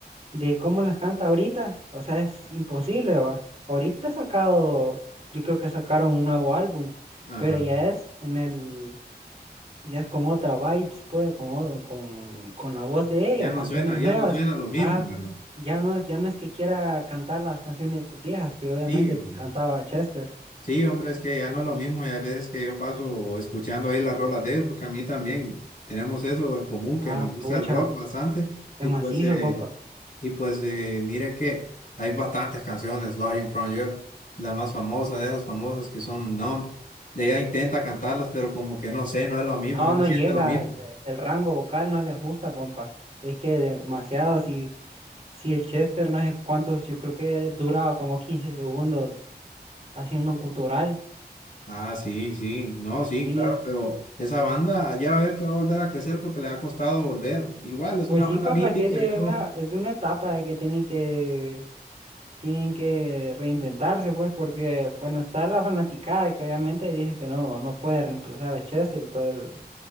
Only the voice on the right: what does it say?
de cómo las canta ahorita, o sea, es imposible, ¿va? Ahorita ha sacado, yo creo que sacaron un nuevo álbum,
pero ya es en el, ya es con otra vibes, pues, con, o- con, con la voz de ella,
canciones
nuevas.
Ah,
ya no es, ya no es que quiera cantar las canciones viejas que obviamente
cantaba Chester.
Ah,
pucha,
qué macizo,
compa.
No,
no
llega,
eh, el rango vocal no les gusta, compa. Es que demasiado, si, si el Chester no sé cuántos, yo creo que duraba como 15 segundos haciendo un gutural.
Sí,
pues
sí,
compa,
es que es de
una, es de una etapa de que tienen que, tienen que reinventarse, pues, porque, bueno, está la fanaticada que obviamente dice que no, no puede reemplazar a Chester y toda el,